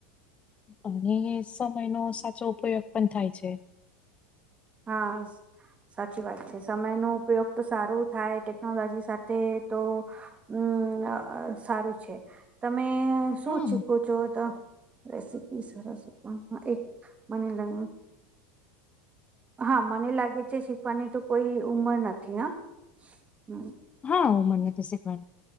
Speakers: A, on the left; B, on the right.
A: અને સમય નો સાચો ઉપયોગ પણ થાય છે.
B: હા સાચી વાત છે સમયનો ઉપયોગ તો સારું થાય ટેકનોલોજી સાથે તો હમ્મ સારું છે તમે શું
A: હા,
B: શીખો છો તો રેસીપી સરસ પણ એક મને લાગે હા મને લાગે છે શીખવાની તો કોઈ ઉમર નથી હ હમ્મ
A: હા મને તો શીખવા